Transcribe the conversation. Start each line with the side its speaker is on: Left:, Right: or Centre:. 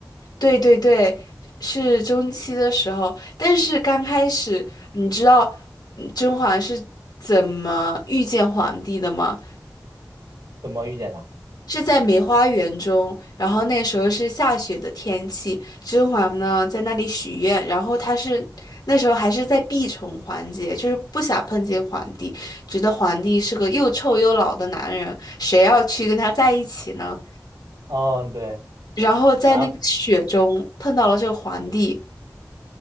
Left: 对对对，是中期的时候，但是刚开始，你知道嗯甄嬛是怎么遇见皇帝的吗？
Right: 怎么遇见的？
Left: 是在梅花园中，然后那时候是下雪的天气，甄嬛呢在那里许愿，然后她是那时候还是在避宠环节，就是不想碰见皇帝，觉得皇帝是个又臭又老的男人，谁要去跟他在一起呢？
Right: 嗯、对，
Left: 然后在那个雪中碰到了这个皇帝，
Right: 啊，